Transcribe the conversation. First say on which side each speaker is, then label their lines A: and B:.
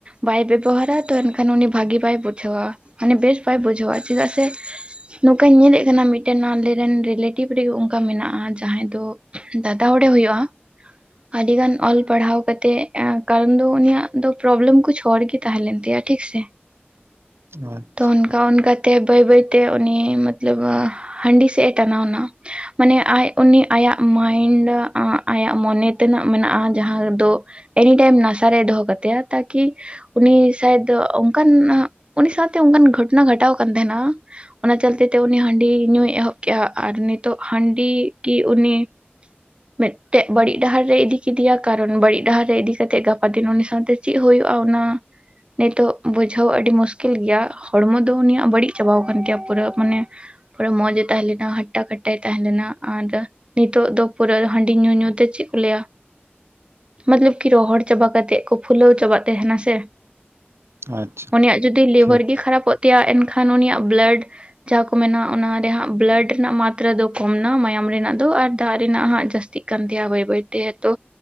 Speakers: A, on the right; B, on the right.
A: ᱵᱟᱭ ᱵᱮᱵᱚᱦᱟᱨᱟ ᱛᱚ, ᱮᱱᱠᱷᱟᱱ ᱩᱱᱤ ᱵᱷᱟᱹᱜᱤ ᱵᱟᱭ ᱵᱩᱡᱷᱟᱹᱣᱟ, ᱢᱟᱱᱮ ᱵᱮᱥ ᱵᱟᱭ ᱵᱩᱡᱷᱟᱹᱣᱟ ᱪᱮᱫᱟᱜ ᱥᱮ ᱱᱚᱝᱠᱟᱧ ᱧᱮᱞᱮᱫ ᱠᱟᱱᱟ, ᱢᱤᱫᱴᱮᱱ ᱟᱞᱮᱨᱮᱱ ᱨᱤᱞᱮᱴᱤᱵᱷ ᱨᱮᱜᱮ ᱚᱱᱠᱟ ᱢᱮᱱᱟᱜᱼᱟ ᱡᱟᱦᱟᱸᱭ ᱫᱚ ᱫᱟᱫᱟ ᱦᱟᱲᱮ ᱦᱳᱭᱳᱜᱼᱟ᱾ ᱟᱹᱰᱤ ᱜᱟᱱ ᱚᱞ ᱯᱟᱲᱦᱟᱣ ᱠᱟᱛᱮᱜ, ᱮᱸ ᱠᱟᱨᱚᱱ ᱫᱚ ᱩᱱᱤᱭᱟᱜ ᱫᱚ ᱯᱨᱚᱵᱞᱮᱢ ᱠᱩᱪ ᱚᱨᱜᱮ ᱛᱟᱦᱮᱸ ᱞᱮᱱ ᱛᱟᱭᱟ ᱴᱷᱤᱠ ᱥᱮ᱾
B: ᱟᱪ
A: ᱚᱱᱠᱟ ᱛᱚ ᱚᱱᱠᱟᱛᱮ ᱵᱟᱹᱭ ᱵᱟᱹᱭᱛᱮ ᱩᱱᱤ ᱢᱚᱛᱞᱚᱵ ᱦᱟᱺᱰᱤ ᱥᱮᱫ ᱮ ᱴᱟᱱᱟᱣ ᱮᱱᱟ ᱢᱟᱱᱮ ᱟᱡ ᱩᱱᱤ ᱟᱭᱟᱜ ᱢᱟᱭᱤᱱᱰ ᱟᱸᱜ ᱟᱭᱟᱜ ᱢᱚᱱᱮ ᱛᱮᱱᱟᱜ ᱢᱮᱱᱟᱜᱼᱟ ᱡᱟᱦᱟᱸ ᱫᱚ ᱮᱱᱤᱴᱟᱭᱤᱢ ᱱᱟᱥᱟᱨᱮ ᱫᱚᱦᱚ ᱠᱟᱛᱟᱭᱟ ᱛᱟᱠᱤ ᱩᱱᱤ ᱥᱟᱭᱫᱚ ᱚᱝᱠᱟᱱ ᱩᱱᱤ ᱥᱟᱶᱛᱮ ᱚᱝᱠᱟᱱ ᱜᱷᱚᱴᱚᱱᱟ ᱜᱷᱚᱴᱟᱣ ᱠᱟᱱ ᱛᱟᱦᱮᱱᱟ, ᱚᱱᱟ ᱪᱟᱞᱛᱮᱛᱮ ᱩᱱᱤ ᱦᱟᱺᱰᱤ ᱧᱩᱭ ᱮᱦᱚᱵ ᱠᱮᱫᱮᱜᱼᱟ, ᱟᱨ ᱱᱤᱛᱚᱜ ᱦᱟᱺᱰᱤ ᱠᱤ ᱩᱱᱤ ᱢᱮᱫᱼᱼ ᱛᱮᱜ ᱵᱟᱲᱤᱡ ᱰᱟᱦᱟᱨ ᱨᱮ ᱤᱫᱤ ᱠᱮᱫᱮᱭᱟ ᱠᱟᱨᱚᱱ ᱵᱟᱲᱤᱡ ᱰᱟᱦᱟᱨ ᱨᱮ ᱤᱫᱤ ᱠᱟᱛᱮᱜ ᱜᱟᱯᱟ ᱫᱤᱱ ᱩᱱᱤ ᱥᱟᱶᱛᱮ ᱪᱮᱫ ᱦᱩᱭᱩᱜᱭᱼᱟ, ᱚᱱᱟ ᱱᱤᱛᱚᱜ ᱵᱩᱡᱷᱟᱹᱣ ᱟᱹᱰᱤ ᱢᱩᱥᱠᱤᱞ ᱜᱮᱭᱟ ᱦᱚᱲᱢᱚ ᱫᱚ ᱩᱱᱤᱭᱟᱜ ᱵᱟᱹᱲᱤᱡ ᱪᱟᱵᱟᱣ ᱟᱠᱟᱱ ᱛᱟᱭᱟ ᱯᱩᱨᱟᱹ ᱢᱟᱱᱮ ᱯᱩᱨᱟᱹ ᱢᱚᱡᱽ ᱮ ᱛᱟᱦᱮᱸ ᱞᱮᱮᱱᱟ ᱦᱟᱴᱟ ᱠᱟᱴᱟᱭ ᱛᱟᱦᱮᱸ ᱞᱮᱱᱟ ᱟᱨ ᱱᱤᱛᱚᱜ ᱫᱚ ᱯᱩᱨᱟᱹ ᱦᱟᱺᱱ ᱰᱤ ᱧᱩ ᱧᱩ ᱛᱮ ᱪᱮᱫ ᱠᱚ ᱞᱟᱹᱭᱟ ᱢᱚᱛᱞᱚᱵ ᱠᱤ ᱨᱚᱦᱚᱲ ᱪᱟᱵᱟ ᱠᱟᱛᱮᱜ ᱠᱚ ᱯᱷᱩᱞᱟᱹᱣ ᱪᱟᱵᱟᱜ ᱛᱟᱦᱮᱱᱟ ᱥᱮ,
B: ᱟᱪᱪᱷᱟ
A: ᱩᱱᱤᱭᱟᱜ ᱡᱩᱫᱤ ᱞᱤᱵᱷᱟ.
B: ᱴᱷᱤᱠ
A: ᱨ ᱜᱮ ᱠᱷᱟᱨᱟᱯᱚᱜ ᱛᱟᱭᱟ ᱮᱱᱠᱷᱟᱱ ᱩᱱᱤᱭᱟᱜ ᱵᱞᱟᱰ ᱡᱟᱦᱟᱸ ᱠᱚ ᱢᱮᱱᱟ ᱚᱱᱟᱨᱮ ᱦᱟᱸᱜ ᱵᱞᱟᱰ ᱨᱮᱱᱟᱜ ᱢᱟᱛᱨᱟ ᱫᱚ ᱠᱚᱢ ᱱᱟ ᱢᱟᱭᱟᱢ ᱨᱮᱱᱟᱜ ᱫᱚ ᱟᱨ ᱫᱟᱜ ᱨᱮᱱᱟᱜ ᱦᱟᱸᱜ ᱡᱟᱹᱥ ᱛᱤᱠ ᱠᱟᱱ ᱛᱟᱭᱟ ᱵᱟᱹᱭ ᱵᱟᱹᱭ ᱛᱮ ᱛᱚ,